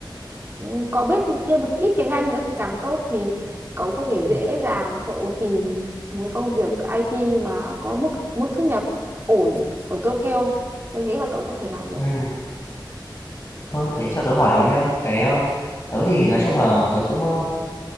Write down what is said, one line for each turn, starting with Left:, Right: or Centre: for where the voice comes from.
Right: ừm, có biết thêm một ít tiếng Anh nữa thì càng tốt thì cậu có thể dễ
Left: ừ.
Right: dàng cậu tìm một công việc IT mà có mức mức thu nhập ổn ở Tokyo tôi nghĩ là cậu có thể làm được
Left: ừ. Ờ, thế cho tớ hỏi luôn nhá cái ờ, tớ thì nói chung là tớ cũng ờ,